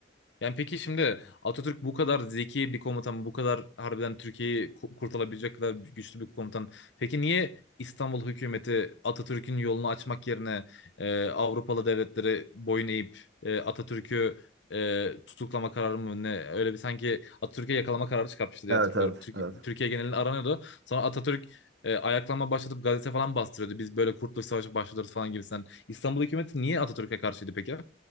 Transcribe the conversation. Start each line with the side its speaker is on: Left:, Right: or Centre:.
Left: Yani peki şimdi Atatürk bu kadar zeki bir komutan, bu kadar harbiden Türkiye'yi ku- kurtarabilecek kadar güçlü bir komutan. Peki niye İstanbul hükümeti Atatürk'ün yolunu açmak yerine e, Avrupalı devletleri boyun eğip e, Atatürk'ü e, tutuklama kararı mı ne öyle bir sanki Atatürk'e yakalama kararı çıkartmıştı diye
Right: Evet
Left: hatırlıyorum.
Right: evet
Left: Türk-
Right: evet.
Left: Türkiye genelinde aranıyordu. Sonra Atatürk e, ayaklanma başlatıp gazete falan bastırıyordu. Biz böyle Kurtuluş Savaşı başlatırız falan gibisinden. İstanbul hükümeti niye Atatürk'e karşıydı peki?